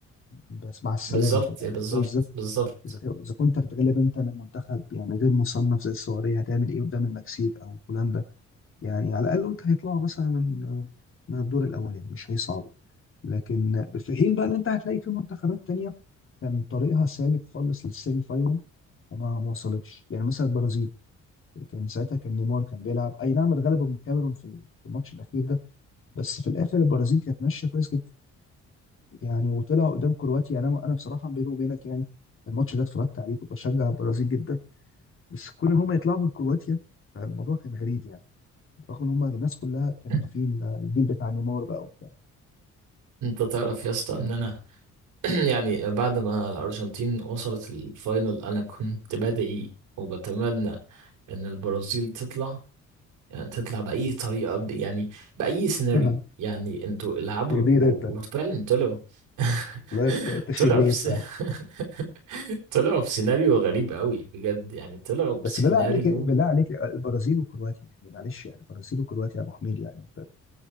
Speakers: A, on the left; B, on the right.
A: بس مع السلامة
B: بالظبط
A: كده
B: بالظبط
A: أداء زي الزفت
B: بالظبط
A: إذا إذا كنت هتتغلب أنت من منتخب يعني غير مصنف زي السعودية هتعمل إيه قدام المكسيك أو هولندا يعني على الأقل قلت هيطلعوا مثلا من الدور الأولاني يعني مش هيصعبوا لكن في حين بقى إن أنت هتلاقي في منتخبات تانية كان طريقها سالك خالص للسيمي فاينال وما ما وصلتش يعني مثلا البرازيل كان ساعتها كان نيمار كان بيلعب أي نعم اتغلبوا من الكاميرون في الماتش الأخير ده بس في الآخر البرازيل كانت ماشية كويس جدا يعني وطلع قدام كرواتيا يعني انا انا بصراحه بيني وبينك يعني الماتش ده اتفرجت عليه كنت بشجع البرازيل جدا بس كل ما هم يطلعوا من كرواتيا فالموضوع كان غريب يعني رغم ان هم الناس كلها كانوا
B: <laughs>
A: طافين الجيل بتاع نيمار بقى وبتاع
B: انت تعرف يا اسطى ان انا <clears throat> يعني بعد ما الارجنتين وصلت الفاينل انا كنت بدعي وبتمنى ان البرازيل تطلع يعني تطلع بأي طريقة ب- يعني بأي سيناريو
A: <laughs>
B: يعني انتوا العبوا
A: شرير
B: و-
A: انت
B: وفعلا طلعوا <laughs>
A: والله انت انت شرير
B: طلعوا بس
A: فعلا
B: <laughs> طلعوا في سيناريو غريب قوي بجد يعني طلعوا بسيناريو
A: بس بالله عليك بالله عليك البرازيل وكرواتيا يعني معلش يعني البرازيل وكرواتيا يا ابو حميد يعني انت